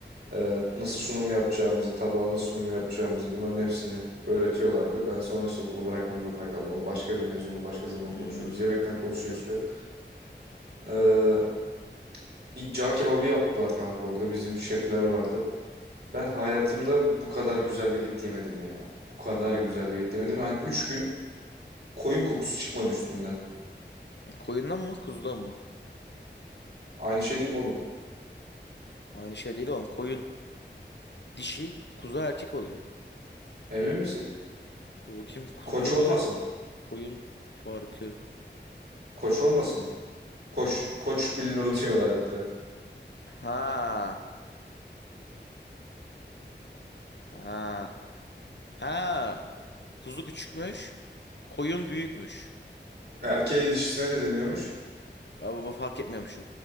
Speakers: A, on the right; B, on the left.
A: e, nasıl sunum yapacağımızı, tabağa nasıl sunum yapacağımızı bunların hepsini öğretiyorlardı. Ben sonra işte okulu bırakmak zorunda kaldım. O başka bir mevzu, onu başka zaman
B: hmm.
A: konuşuruz. Yemekten konuşuyoruz
B: Biliyorum.
A: şu an. Ee, bir cağ kebabı yaptılar kanka orada. Bizim şefler vardı. Ben hayatımda bu kadar güzel bir et yemedim ya. Bu kadar güzel bir et yemedim. Yani 3 gün koyun kokusu çıkmadı üstümden.
B: Koyundan mı, kuzudan mı?
A: Aynı şey değil mi oğlum?
B: Aynı şey değil oğlum. Koyun dişi, kuzu erkek oluyor.
A: Emin misin?
B: Dur bakayım kuzu
A: Koç olmasın.
B: ve koyun farkı.
A: Koç olmasın. Koç. Koç bilinuru <laughs> diyorlar
B: Ya-
A: hatta.
B: Ha, ha, ha. Kuzu küçükmüş, koyun büyükmüş.
A: Erkeğe dişisine ne deniyormuş?
B: Abi bu fark etmiyormuş.